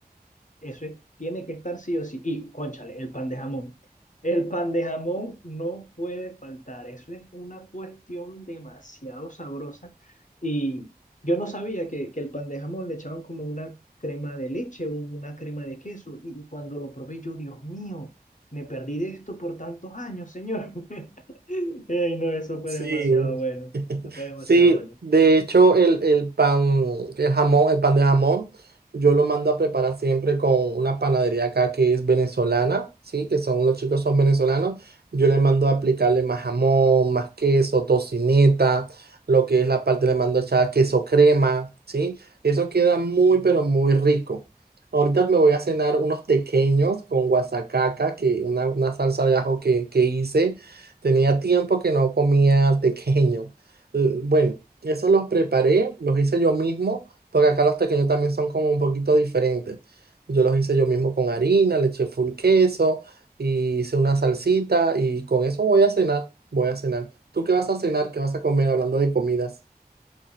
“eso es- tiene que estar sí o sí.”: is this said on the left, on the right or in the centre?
Left